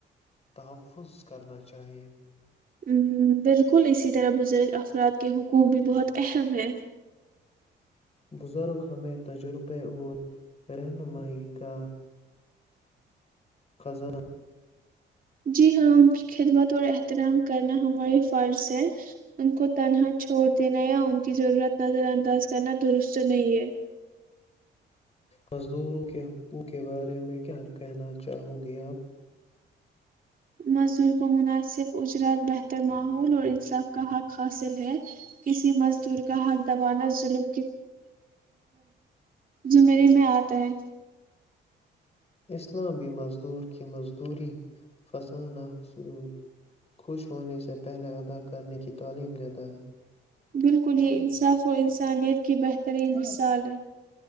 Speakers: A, on the left; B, on the right.
A: تحفظ کرنا چاہیے
B: ہ بالکل اسی طرح بزرگ افراد کے حقوق بھی بہت اہم ہے
A: بزرگ ہمیں تجربے اور رہنمائی کا کھزان
B: جی ہاں ان کی خدمت اور احترام کرنا ہماریے فرض ہے ان کو تنہا چھوڑ دینا یا ان کی ضرورت نظر انداز کرنا درست نہیں ہے
A: مزدوروں کے حقوق کے بارے میں کیا کہنا چاہو گے آپ؟
B: مزدور کو مناسب اجرات بہتر ماحول اور انصاف کا حق حاصل ہے کسی مزدور کا حق دبانا ظلم زمرے میں آتا ہے
A: اسلامی مزدور کی مزدوری فسانہ حصول خوش ہونے سے پہلے ادا کرنے کی تعلیم رہتا ہے
B: بالکل یہ انصاف و انسانیت کی بہترین مثال ہے